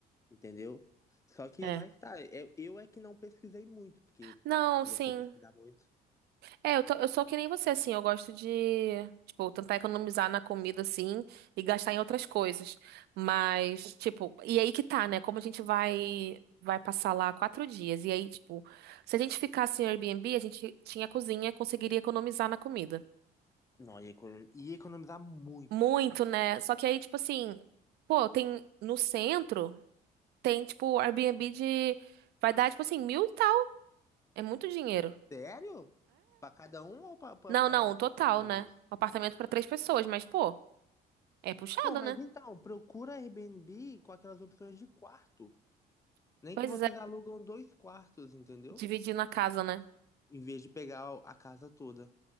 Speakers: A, on the left; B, on the right.
A: entendeu? Só que
B: É.
A: lá está. Eu, eu é que não pesquisei muito, porque
B: Não,
A: se
B: sim.
A: você pesquisar muito.
B: É, eu, tô- eu sou que nem você, assim. Eu gosto de, tipo, tentar economizar na comida, assim, e gastar em outras coisas. Mas, tipo, e aí que tá, né? Como a gente vai vai passar lá quatro dias. E aí, tipo, se a gente ficasse em Airbnb, a gente tinha cozinha, conseguiria economizar na comida.
A: Não, ia econom- ia economizar muito.
B: Muito, né? Só que aí, tipo assim, pô, tem no centro, tem, tipo, Airbnb de. Vai dar, tipo assim, mil e tal. É muito dinheiro.
A: Sério? Pra cada um ou pra, pra,
B: Não,
A: pra,
B: não, um total,
A: pra todo mundo?
B: né? Um apartamento pra três pessoas, mas, pô, é puxado,
A: Pô, mas
B: né?
A: então, procura Airbnb com aquelas opções de quarto. Nem
B: Pois
A: que vocês
B: é,
A: alugam dois quartos, entendeu?
B: dividir na casa, né?
A: Em vez de pegar a casa toda.